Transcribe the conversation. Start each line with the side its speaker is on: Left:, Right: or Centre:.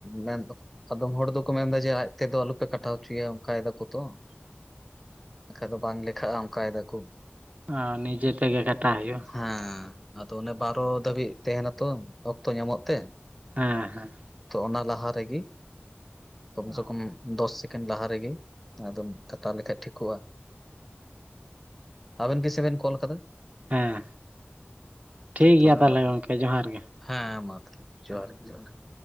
Centre: ᱢᱮᱱ ᱫᱚ ᱟᱫᱚᱢ ᱦᱚᱲ ᱫᱚ ᱠᱚ ᱢᱮᱱᱫᱟ ᱡᱮ ᱟᱡ ᱛᱮ ᱫᱚ ᱟᱞᱚᱯᱮ ᱠᱟᱴᱟᱣ ᱦᱚᱪᱚ ᱭᱟ ᱚᱱᱠᱟᱭ ᱫᱟᱠᱚ ᱛᱚ᱾
Right: <inaudible>
Centre: ᱵᱟᱠᱷᱟ ᱫᱚ ᱵᱟᱝᱹ ᱞᱮᱠᱷᱟᱜᱼᱟ ᱚᱱᱠᱟᱸᱭ ᱫᱟᱠᱚᱼᱼ
Right: ᱚ ᱱᱤᱡᱮ ᱛᱮᱸᱜᱮ ᱰᱟᱴᱟ ᱦᱩᱭᱩᱜᱼᱟ᱾
Centre: ᱦᱮᱸ ᱟᱼᱫᱚ ᱚᱼᱱᱮ ᱵᱟᱨᱚ ᱫᱷᱟᱹᱵᱤᱡ ᱛᱟᱦᱮᱱᱟᱹ ᱛᱚ ᱚᱼᱠᱛᱚ ᱧᱟᱢᱚᱜ ᱛᱮ᱾
Right: ᱦᱮᱸ ᱦᱮᱸᱼᱼ
Centre: ᱛᱚ ᱚᱱᱟ ᱞᱟᱦᱟᱹ ᱨᱮᱹᱜᱮ ᱠᱚᱢ
Right: ᱦᱮᱸ
Centre: ᱥᱮ ᱠᱚᱢ ᱫᱚᱥ ᱥᱮᱠᱮᱱᱰ ᱞᱟᱦᱟᱹ ᱨᱮᱹᱜᱮ ᱟᱼᱫᱚᱢᱼᱼ ᱠᱟᱹᱴᱟᱣᱸ ᱞᱮᱹᱠᱷᱟᱱ ᱴᱷᱤᱠᱚᱜᱼᱟ ᱟᱼᱵᱮᱱ ᱛᱤᱥᱷ ᱵᱮᱱ ᱠᱚᱞ ᱟᱼᱠᱟᱫᱟ᱾
Right: ᱦᱮᱸ
Centre: ᱟᱪᱪᱷᱟ
Right: ᱴᱷᱤᱠᱹ
Centre: ᱛᱚᱵᱮ
Right: ᱜᱮᱼᱭᱟ ᱛᱟᱦᱚᱸᱞᱮ
Centre: ᱢᱟ
Right: ᱜᱚᱝᱹᱠᱮ ᱡᱚᱦᱟᱨᱹ ᱜᱮ᱾
Centre: ᱦᱮᱸ ᱢᱟᱹᱛᱦᱮᱸᱞᱮ ᱡᱚᱦᱟᱨᱹ
Right: ᱦᱮᱸ
Centre: ᱜᱮ ᱡᱚᱦᱟᱨᱹ ᱜᱮ᱾ <inaudible>